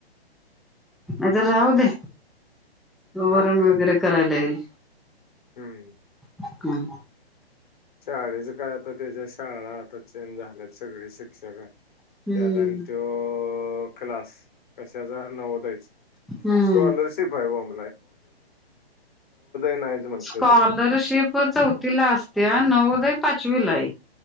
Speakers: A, in the centre; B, on the left.
A: नाही
B: बाकी
A: तर राहु दे.
B: हा
A: वरण वगैरे करायला येईल.
B: हम्म.
A: हं.
B: शाळेच काय आता त्याच्या शाळा आता चेंज झाल्यात सगळे शिक्षक
A: हम्म
B: त्यात आणि तो क्लास कशाचा? नवोदयचा.
A: हम्म
B: स्कॉलरशीप हाय <unintelligible> नाहीच म्हणते
A: स्कॉलरशिप
B: ते
A: चौथीला अस -- त्या नवोदय पाचवीला हाय.